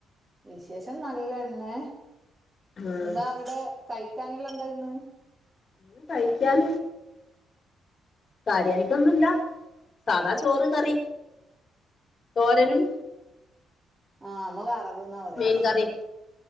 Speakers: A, on the right; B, on the left.
A: വിശേഷം നല്ലതന്നെ
B: ആഹ്
A: എന്താ അവിടെ കഴിക്കാനല്ലാം എന്താ ഇന്ന്
B: ഇന്ന് കഴിക്കാൻ കാര്യമായിട്ടൊന്നുംല്ല സാധാ ചോറ് കറി തോരനും
A: ആഹ അമ്മ വറാവ്ന്നാ പറയാ
B: മീൻ കറിയും